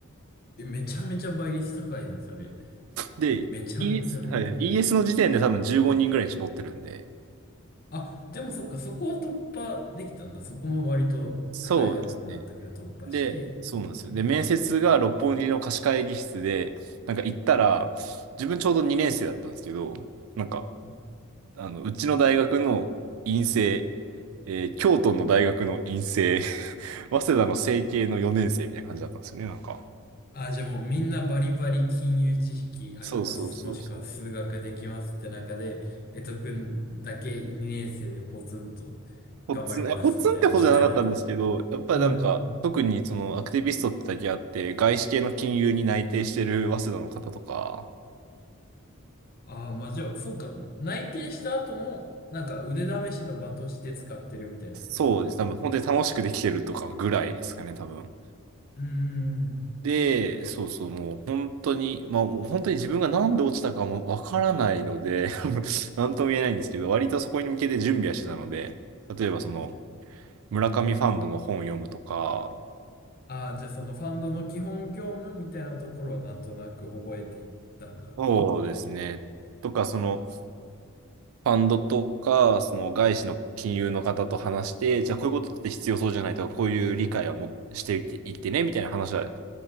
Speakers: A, on the left (about 45°); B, on the right (about 70°).
A: え、めちゃめちゃ倍率高いじゃん、それ。
B: で、
A: めちゃめちゃ、
B: ES、
A: うん。
B: はいはい、ES の時点で多分15人ぐらいに絞ってるんで、
A: あ、でもそっか、そこは突破できたんだ。そこも割と高いハードルであったけど突破して。
B: そうですね。で、そうなんですよ。
A: うん。
B: で、面接が六本木の貸し会議室で、なんか行ったら、自分ちょうど2年生だったんですけど、なんか、
A: うん
B: あの、うちの大学の院生、えー京都の大学の院生、<laughs> 早稲田の成蹊の4年生みたいな感じだったんですよね、なんか。
A: あ、じゃあもうみんなバリバリ金融知識あります。
B: そうそうそうそう。
A: もしくは数学できますって中で、江戸くんだけ2年生でポツンと頑張りますみたいな状態だった。
B: ポッツン、いやポッツンってほどじゃなかったんですけど、やっぱりなんか、
A: うん。
B: 特にそのアクティビストってだけあって、外資系の金融に内定してる早稲田の方とか、
A: ああ、まあじゃあ、そっか、内定した後も、なんか腕試しの場として使ってるみたいな人も結構いたのか。
B: そうです。多分本当に楽しくできてるとかぐらいですかね、多分。
A: うーん。
B: で、そうそう、もう本当に、まあもう本当に自分がなんで落ちたかもわからないので、<laughs> なんとも言えないんですけど、割とそこに向けて準備はしてたので、例えばその、村上ファンドの本を読むとか、
A: ああ、じゃあそのファンドの基本業務みたいなところはなんとなく覚えていったんだ。
B: そうですね、とか、その、ファンドとか、その外資の金融の方と話して、じゃあこういうことって必要そうじゃないとか、こういう理解はもしていっていってね、みたいな話は